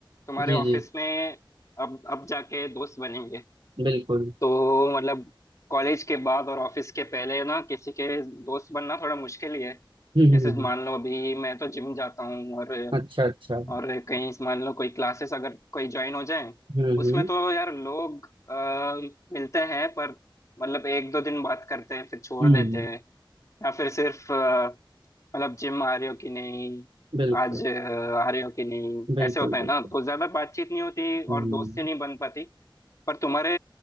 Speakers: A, on the left; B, on the right.
A: तुम्हारे
B: जी
A: ऑफिस
B: जी
A: में अब अब जाके दोस्त बनेंगे
B: बिल्कुल
A: तो मतलब कॉलेज के बाद और ऑफिस के पहले ना किसी के दोस्त बनना थोड़ा मुश्किल ही है
B: <laughs> हम्म हम्म,
A: जैसे
B: हम्म।
A: मान लो अभी मैं तो जिम जाता हूँ और
B: अच्छा अच्छा
A: और कहीं मान लो कोई क्लासेस अगर कोई ज्वाइन हो जाए
B: हम्म हम्म
A: उसमें तो यार लोग अ, मिलते हैं पर मतलब एक दो दिन बात करते हैं फिर छोड़
B: हम्म
A: देते हैं या फिर सिर्फ अ, मतलब जिम आ रहे हो कि नहीं
B: बिल्कुल
A: आज अ, आ रहे हो कि नहीं
B: बिल्कुल
A: ऐसे होता है
B: बिल्कुल
A: ना तो ज्यादा बातचीत नहीं होती
B: हम्म
A: और दोस्ती नहीं बन पाती पर तुम्हारे